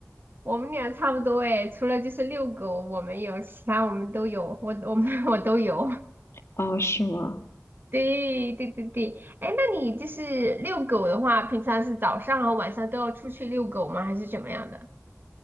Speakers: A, on the right; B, on the left.
A: 我们俩差不多哎，除了就是遛狗我没有，其他我们都有，我我们 <laughs> 我都有。<laughs>
B: 啊，是吗？
A: 对对对对，哎，那你就是遛狗的话，平常是早上和晚上都要出去遛狗吗？还是怎么样的？